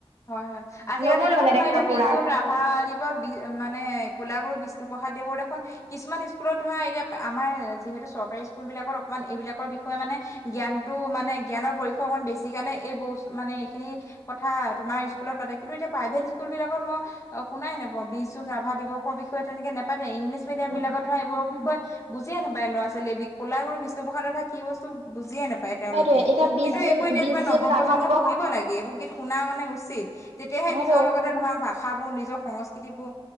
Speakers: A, on the left; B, on the right.
A: হয় হয়। আজিকালি
B: নগ'ল
A: দেখোন
B: মানে
A: তোমাৰ
B: দেখা
A: এয়া
B: পুৰা
A: বিষ্ণু ৰাভা আদি বি মানে কোলাগুৰু বিছ বিষ্ণুপ্ৰসাদ দেৱৰ দেখোন কিছুমান স্কুলত ধৰা এতিয়া আমাৰ যিহেতু চৰকাৰী স্কুলবিলাকত অকমান এইবিলাক বিষয়ে মানে জ্ঞানটো মানে জ্ঞানৰ পৰিসয় অকণ বেছি। সি কাৰণে এই ব মানে এইখিনি কথা আমাৰ স্কুলত পাতে কি এতিয়া প্ৰাইভেট স্কুলবিলাকত মই অ' শুানাই নাই, বিশ জুন ৰাভা দিৱসৰ বিষয়ে তেনেকে নেপাত এ, ইংলছ মিডিয়ামবিলাকত
B: উম
A: ধৰা এইবোৰৰ বিশয়ে বুজিয়া নাপাই ল'ৰা ছোৱালী, কলাগুৰু বিষ্ণুপ্ৰসাদ ৰাভা কি বস্তু বুজিয়ে নাপায়, তেওঁলোকে
B: সেইটোয়ে এতিয়া বিশ
A: কিন্তু
B: জুন
A: এইবোৰ এতিয়া
B: বিশ
A: তোমাৰ
B: জুন
A: নৱপ্ৰজন্মই
B: ৰাভা দিৱস
A: শুনিব লাগে। এইবোৰ গীত শুনা মানে উচিত, তেতিয়াহে
B: হেল্ল'
A: নিজৰ লগতে ধৰা ভাষ ভাষাবোৰ, নিজৰ সংস্কৃতিবোৰ